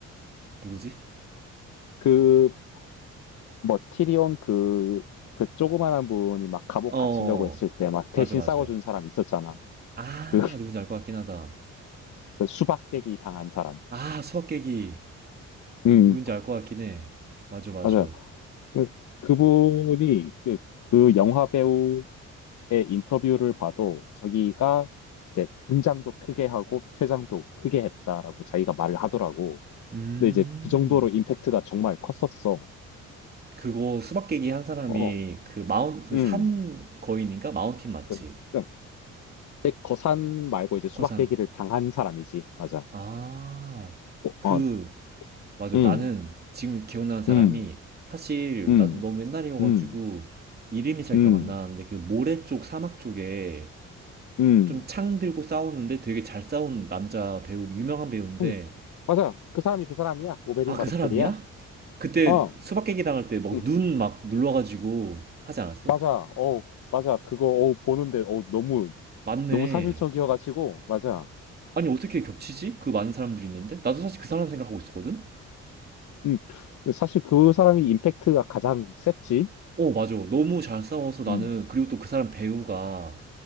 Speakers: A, on the right (about 30°); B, on the left (about 70°).
A: 누구지?
B: 그 뭐 티리온 그, 그 조그만한 분이 막 감옥
A: 어,
B: 갇히려고 했을 때 막 대신
A: 맞아, 맞아.
B: 싸워준 사람 있었잖아.
A: 아,
B: 그,
A: 누군지 알 것 같긴 하다.
B: 그 수박 깨기 당한 사람.
A: 아, 수박 깨기.
B: 음,
A: 누군지 알 것 같긴 해. 맞아, 맞아.
B: 맞아요. 그, 그분이 그, 그 영화 배우의 인터뷰를 봐도 자기가 이제 등장도 크게 하고 퇴장도 크게 했다라고 자기가 말을 하더라고.
A: 음,
B: 근데 이제 그 정도로 임팩트가 정말 컸었어.
A: 그거 수박 깨기 한 사람이
B: 어,
A: 그 마운, 그
B: 음.
A: 산 거인인가? 마운틴 맞지?
B: 그, 그, 거산 말고 이제 수박
A: 거산.
B: 깨기를 당한 사람이지. 맞아.
A: 아,
B: 어,
A: 그,
B: 어,
A: 맞아.
B: 음.
A: 나는 지금 기억나는 사람이
B: 음,
A: 사실
B: 음,
A: 나도 너무 옛날이어가지고
B: 음,
A: 이름이 잘
B: 음,
A: 기억 안 나는데 그 모래 쪽 사막 쪽에
B: 음,
A: 좀 창 들고 싸우는데 되게 잘 싸운 남자 배우 유명한 배우인데
B: 음. 맞아. 그 사람이 그 사람이야. 오베린
A: 아 그
B: 바르텔이야.
A: 사람이야? 그때
B: 어,
A: 수박 깨기 당할 때 막
B: 음,
A: 눈 막 눌러가지고 하지 않았어?
B: 맞아. 어, 맞아. 그거 어 보는데 어 너무
A: 맞네.
B: 너무 사실적이어가지고 맞아.
A: 아니 어떻게 겹치지? 그 많은 사람들이 있는데 나도 사실 그 사람 생각하고 있었거든.
B: 음, 사실 그 사람이 임팩트가 가장 셌지.
A: 어 맞아. 너무 잘 싸워서 나는
B: 음,
A: 그리고 또 그 사람 배우가